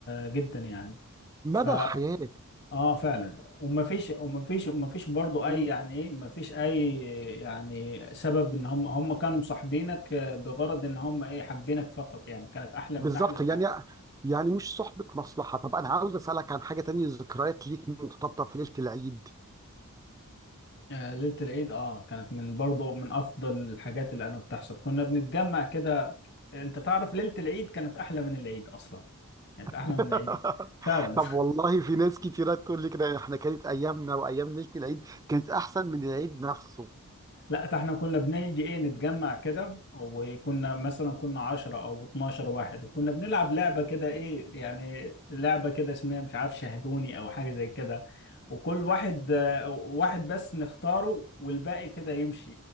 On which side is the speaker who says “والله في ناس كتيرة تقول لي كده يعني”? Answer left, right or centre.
Right